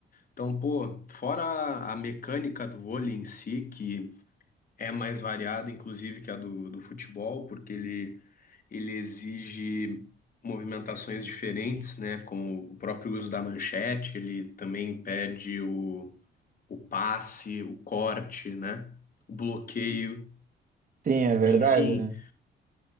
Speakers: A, on the left; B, on the right.
A: Então, pô, fora a mecânica do vôlei em si, que é mais variada, inclusive, que a do, do futebol, porque ele, ele exige movimentações diferentes, né? Como o próprio uso da manchete, ele também pede o, o passe, o corte, né? O bloqueio,
B: Sim, é verdade,
A: enfim.
B: né?